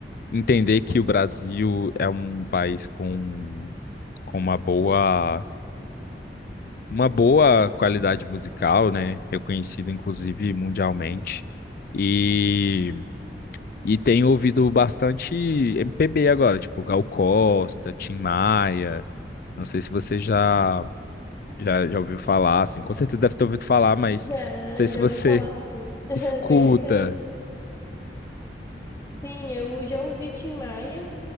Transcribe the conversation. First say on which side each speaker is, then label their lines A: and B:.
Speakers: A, on the left; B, on the left.
A: entender que o Brasil é um país com, com uma boa, uma boa qualidade musical, né? Reconhecido inclusive mundialmente. E, e tenho ouvido bastante MPB agora, tipo Gal Costa, Tim Maia. Não sei se você já já, já ouviu falar, assim, com certeza deve ter ouvido falar, mas
B: Já,
A: não sei se
B: já
A: você
B: ouvi falar, sim. <laughs>
A: escuta.
B: Conhecer. Sim, eu já ouvi Tim Maia